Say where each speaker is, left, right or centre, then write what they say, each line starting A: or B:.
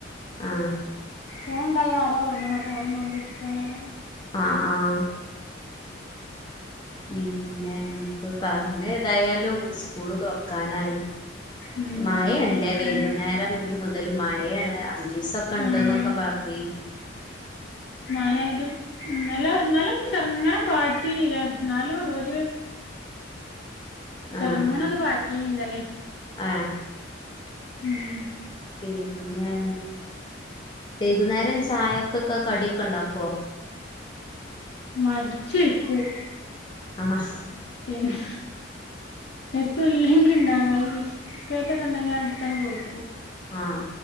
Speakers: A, on the left; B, on the left.
A: ആഹ്
B: ഫോൺ ഉണ്ടായാൽ ആര ഉറങ്ങണ് ഫോണും തോണ്ടി ഇരിക്കുവാനല്ലാതേ
A: ആഹ് ആഹ് പിന്നെ ഇപ്പൊ പറഞ്ഞ ഏതായാലും സ്കൂള് തുറക്കാനായി
B: ഉം
A: മഴആണല്ലേ
B: സ്കൂള് തുറക്കാനായി
A: വൈകുന്നേരം ഇനി മുതൽ മഴയാണ് അഞ്ചു ദിവസൊക്കെ ഉണ്ട്
B: ആഹ്
A: എന്നൊക്കെ പറഞ്ഞു ഞീനു
B: മഴയാത് ഇന്നലെ എന്നാലും ചെറങ്ങനെ പാറ്റീനല്ലേ എന്നാലും ഒര് ചെറുങ്ങനെ
A: ആഹ് ആഹ്
B: ഒന്ന് പാറ്റീന് ഇന്നലെ
A: ആഹ്
B: ഉം
A: പിന്നെ വൈകുന്നേരം ചായക്കൊക്കെ കടിയൊക്കെ ഉണ്ടാക്കുവോ
B: മടിച്ചിരിക്കും
A: ആഹ്
B: പിന്നാ എത്തും ഇല്ലെങ്കിൽ ഉണ്ടാകും അല്ലെസ്‌ക്കറ്റ് ഒക്കെ ഉണ്ടെങ്കി അത്ട്ത്താണ്ട് കൊടുക്കും.
A: ആഹ്